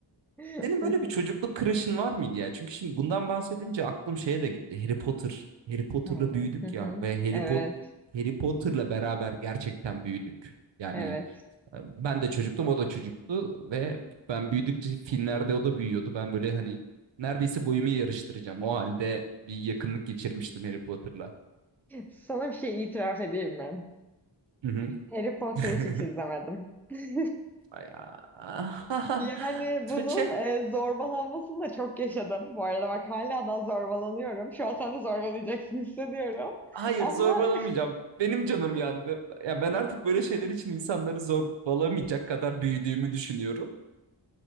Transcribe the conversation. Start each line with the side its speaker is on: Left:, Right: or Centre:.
Centre: <laughs>
Right: Senin böyle bir çocukluk crush'ın var mıydı ya? Çünkü şimdi bundan bahsedince aklım şeye de gitti. Harry Potter. Harry Potter'la
Centre: Hı
Right: büyüdük
Centre: hı.
Right: ya ve Harry
Centre: Evet.
Right: Pot Harry Potter'la beraber gerçekten büyüdük. Yani
Centre: Evet.
Right: e, ben de çocuktum, o da çocuktu ve ben büyüdükçe filmlerde o da büyüyordu. Ben böyle hani neredeyse boyumu yarıştıracağım. O halde bir yakınlık geçirmiştim Harry Potter'la.
Centre: Sana bir şey itiraf edeyim mi?
Right: Hı hı.
Centre: Harry Potter'ı
Right: <laughs>
Centre: hiç izlemedim. <laughs>
Right: Ay, ah,
Centre: Yani
Right: <laughs> Tuğçe
Centre: bunun e, zorbalanmasını da çok yaşadım. Bu arada bak hala daha zorbalanıyorum. Şu an sen de zorbalayacaksın hissediyorum.
Right: Hayır
Centre: Ama
Right: zorbalamayacağım. Benim canım yandı. Ya ben artık böyle şeyler için insanları zorbalamayacak kadar büyüdüğümü düşünüyorum.